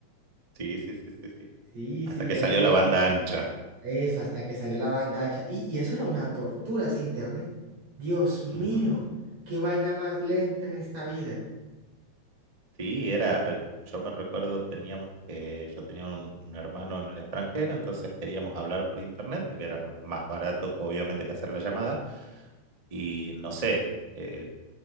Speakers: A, on the right (about 40°); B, on the right (about 65°).
A: Sí, sí, sí, sí, sí.
B: Sí,
A: Hasta
B: sí, yo
A: que salió
B: recuerdo
A: la banda ancha.
B: eso, hasta que salió la banda ancha. Y, y eso era una tortura, ese internet. Dios mío,
A: Ujú.
B: qué vaina más lenta en esta vida.
A: Sí, era, eh, yo me recuerdo, teníamos que, yo tenía un, un hermano en el extranjero, entonces queríamos hablar por internet porque era m- más barato que obviamente que hacer la llamada. Y no sé, eh,